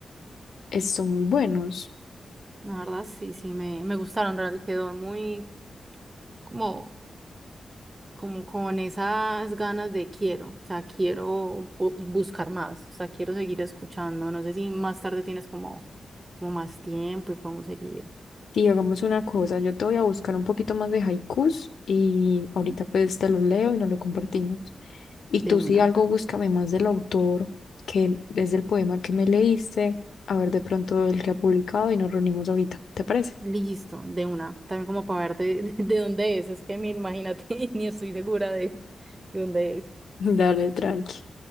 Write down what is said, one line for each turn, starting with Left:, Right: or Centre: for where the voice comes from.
Left: es- son muy buenos.
Right: La verdad, sí, sí, me, me gustaron, en realidad quedó muy como como con esas ganas de quiero, o sea, quiero bu- buscar más, o sea, quiero seguir escuchando. No sé si más tarde tienes como, como más tiempo y podemos seguir.
Left: Sí, hagamos una cosa, yo te voy a buscar un poquito más de haikus y ahorita
Right: Ujú.
Left: pues te los leo y nos lo compartimos. Y
Right: De
Left: tú
Right: una.
Left: si algo búscame más del autor, que es del poema que me leíste, a ver de pronto el que ha publicado y nos reunimos ahorita, ¿te parece?
Right: Listo, de una. También como para ver de, <laughs> de dónde es. Es que me imagínate, <laughs> ni estoy segura de, de dónde es.
Left: <laughs> Dale, tranqui.